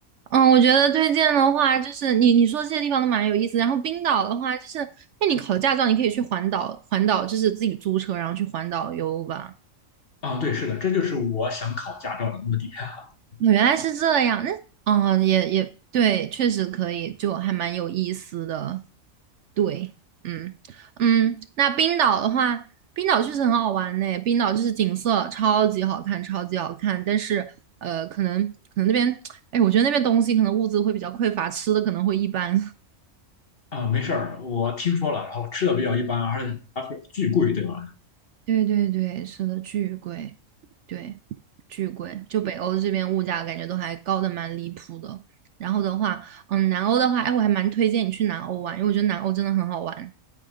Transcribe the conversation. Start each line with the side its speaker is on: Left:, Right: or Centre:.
Right: 嗯，我觉得推荐的话，就是你你说这些地方都蛮有意思。然后冰岛的话，就是那你考驾照，你可以去环岛，环岛就是自己租车，然后去环岛游吧。
Left: 啊，对，是的，这就是我想考驾照的目的 <laughs>
Right: 原来是这样，那哦，也也对，确实可以，就还蛮有意思的。对，嗯嗯，那冰岛的话，冰岛确实很好玩呢。冰岛就是景色超级好看，超级好看。但是呃，可能可能那边，哎，我觉得那边东西可能物资会比较匮乏，吃的可能会一般。
Left: 啊。没事儿，我听说了，然后吃的比较一般，而且而且巨贵，对吧？
Right: 对对对，是的，巨贵，对，巨贵。就北欧这边物价感觉都还高的蛮离谱的。然后的话，嗯，南欧的话，哎，我还蛮推荐你去南欧玩，因为我觉得南欧真的很好玩。